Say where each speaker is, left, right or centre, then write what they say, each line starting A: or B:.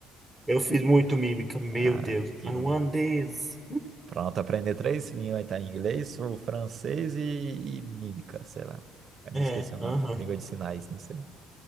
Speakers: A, in the centre; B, on the right.
A: eu fiz muito mímica, meu
B: Ah,
A: Deus.
B: que
A: I want
B: bom.
A: this.
B: Pronto, aprender três línguas, tá? Inglês, o francês e, e mímica, sei lá. Eu
A: É,
B: me esqueci o nome,
A: aham.
B: língua de sinais, não sei.